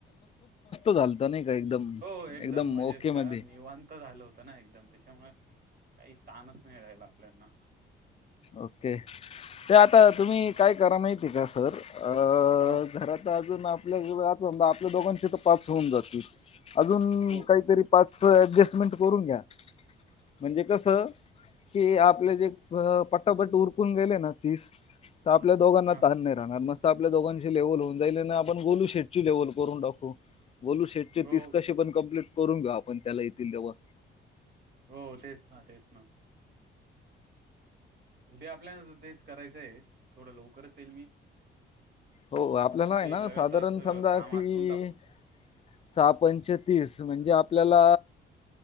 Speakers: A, on the left; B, on the right.
A: झालत नाही का एकदम
B: हो एकदम मजेत
A: ओके
B: कारण
A: मध्ये
B: निवांत झालं होतं ना एकदम त्याच्यामुळे काही ताणच नाही राहिला आपल्याना
A: ओके ते आता तुम्ही काय करा माहिती आहे का सर अ
B: हा
A: घरात अजून आपल्याज आपल्या दोघांशी तर पाच होऊन जातील अजून
B: हो
A: काहीतरी पाच डजस्मेंट करून घ्या म्हणजे कस की आपले जे पट्टापट्ट उरकून गेले ना तीस तर आपल्या दोघांना
B: हा
A: ताान नाही राहणार मस्त आपल्या दोघांशी लेवल होऊन जाईल आपण गोलू शेट लेवल करून टाखव बोलू शेट चे
B: हो
A: तीस कसे पण कंप्ली करून घ्या आपण त्याला येतील तेव्हा
B: हो तेच ना तेच ना उद्या आपल्या तेच करायचंय थोडं लवकरच येल मी
A: हो आपल्याला
B: आपण
A: आहे
B: ते
A: ना
B: लगातार
A: साधारण
B: सगळं
A: समजा
B: काम आटपून
A: की
B: टाकू
A: सहा पंचतीस म्हणजे आपल्याला